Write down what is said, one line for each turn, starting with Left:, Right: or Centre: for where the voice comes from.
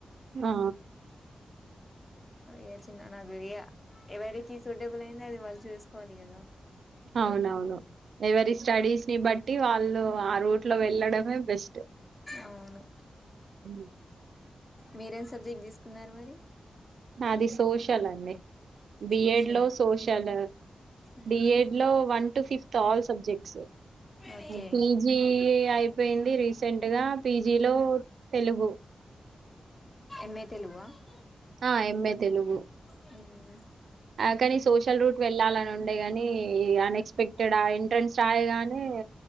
Right: ఆ
Left: ఏ చిన్న నాది ఎవరికి సూటబుల్ అయింది అది వాళ్ళు చూసుకోవాలి కదా
Right: అవునవును ఎవరి స్టడీస్ ని బట్టి వా ఆ రూట్ లో వెళ్ళడం బెస్ట్
Left: అవును
Right: అ
Left: మీరేం సబ్జెక్ట్ తీసుకున్నారు మరి
Right: నాది సోషల్ అండి బిఎడ్
Left: సోషల్
Right: లో సోషల్
Left: మ్మ్
Right: బిఎడ్ లో one to fifth all subjects
Left: okay
Right: PG అయిపోయింది రీసెంట్గా పీజీలో తెలుగు
Left: <unintelligible>
Right: ఆ ఏమే తెలుగు
Left: హామ్
Right: ఆ కాని సోషల్ రూట్ వెళ్ళాలని ఉండే గాని ఈ అన్ఎక్స్పెక్టెడ్ ఆ ఎంట్రెన్స్ రాయగానే